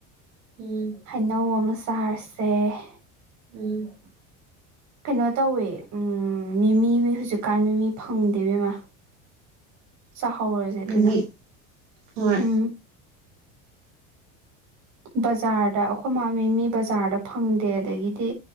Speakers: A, on the right; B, on the right.
A: ꯎꯝ
B: ꯍꯩꯅꯧ ꯑꯃ ꯆꯥꯔꯁꯤ <unintelligible>
A: ꯎꯝ
B: ꯀꯩꯅꯣ ꯇꯧꯋꯦ ꯃꯤꯃꯤ ꯍꯧꯖꯤꯛꯀꯥꯟ ꯃꯤꯃꯤ ꯐꯪꯗꯦ ꯕꯦꯝꯃ ꯆꯥꯍꯧꯔꯖꯦ ꯑꯗꯨꯅ
A: ꯃꯤꯃꯤ ꯍꯣꯏ
B: ꯎꯝ ꯕꯖꯥꯔꯗ ꯑꯩꯈꯣꯏ ꯃꯥ ꯃꯤꯃꯤ ꯕꯖꯥꯔꯗ ꯐꯪꯗꯦ ꯑꯗꯒꯤꯗꯤ